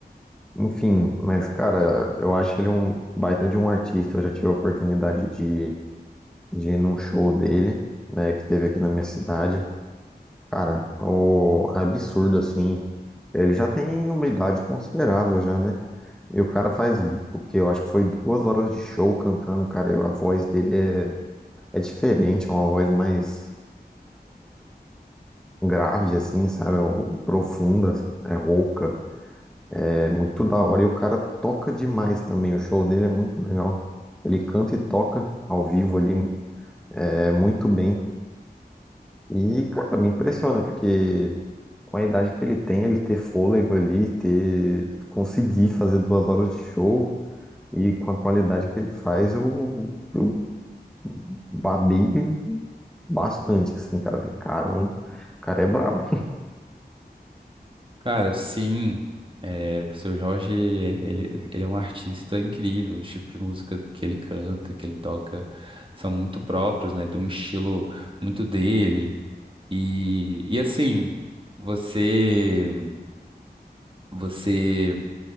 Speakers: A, in the centre; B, on the right.
A: Enfim, mas cara, eu acho ele um baita de um artista. Eu já tive a oportunidade de, de ir num show dele, né, que teve aqui na minha cidade. Cara, o absurdo assim. Ele já tem uma idade considerável já, né? E o cara faz o que eu acho que foi duas horas de show cantando, cara. e A voz dele é, é diferente, é uma voz mais grave assim, sabe? É profunda, é rouca. É muito da hora e o cara toca demais também. O show dele é muito legal. Ele canta e toca ao vivo ali é, muito bem. E, cara, me impressiona, porque com a idade que ele tem, ele ter fôlego ali, ter conseguir fazer duas horas de show e com a qualidade que ele faz, eu, eu babei bastante, assim, cara. Eu Falei, cara, o cara é brabo.
B: Cara, sim. É, o seu Jorge, ele, ele é um artista incrível. Os tipos de música que ele canta, que ele toca, são muito próprios, né? Ele tem um estilo muito dele. E, e assim, você. Você,